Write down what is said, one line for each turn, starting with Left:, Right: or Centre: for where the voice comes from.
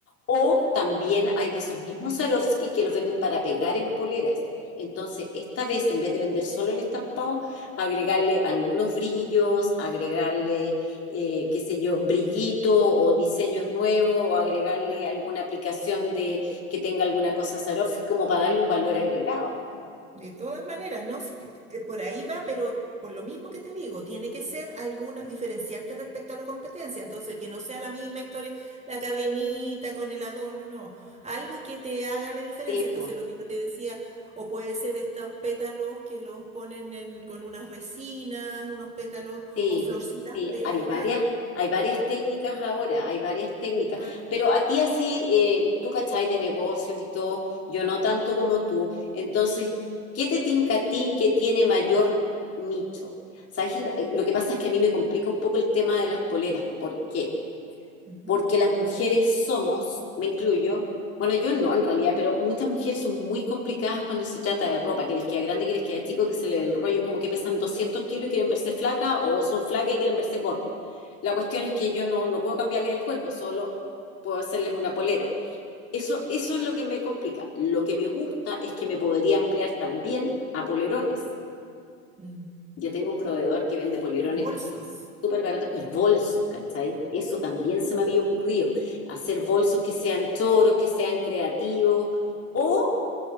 Left: O también hay de esos mismos Swarovski que los venden para pegar en poleras. Entonces, esta vez, en vez de vender solo el estampado, agregarle algunos brillos, agregarle, eh, qué sé yo, brillito o diseños nuevos, o agregarle
Right: claro.
Left: alguna aplicación de que tenga alguna cosa Swarovski, como para darle un valor agregado.
Right: De todas maneras, ¿no? Sí que- eh, por ahí va, pero por lo mismo que te digo, tiene que ser alguna, diferenciarte respecto a la competencia. Entonces, que no sea la misma historia, la cadenita con el adorno, no. Algo que te haga la diferencia.
Left: Sí,
Right: Entonces,
Left: po.
Right: lo que yo te decía, o puede ser estos pétalos que los ponen en- con unas resinas, unos pétalos
Left: Sí,
Right: o florcitas
Left: sí,
Right: de...
Left: hay varias,
Right: ¿ah?
Left: hay varias técnicas ahora, hay varias técnicas.
Right: Claro.
Left: Pero a ti así, eh, tú cachai de negocios y todo, yo no tanto como tú. Entonces, ¿qué te tinca a ti que tiene mayor nicho? ¿Sabes? Lo lo que pasa es que a mí me complica un poco el tema de las poleras. ¿Por qué?
Right: Ujú.
Left: porque las mujeres somos, me incluyo, bueno, yo no en realidad, pero muchas mujeres son muy complicadas cuando se trata de ropa, que les queda grande, que les queda chico, que se le ve el rollo, como que pesan 200 kilos y quieren verse flaca o son flacas y quieren verse gordas. La cuestión es que yo no, no puedo cambiarles el cuerpo, solo puedo hacerles una polera. Eso, eso es lo que me complica. Lo que me gusta es que me podría ampliar también a polerones.
Right: Mm.
Left: Yo tengo un proveedor que vende polerones
Right: Y bolsos.
Left: súper barato. Y bolsos, ¿cachai? Eso también se me había ocurrido. Hacer bolsos que sean choros, que sean creativos. O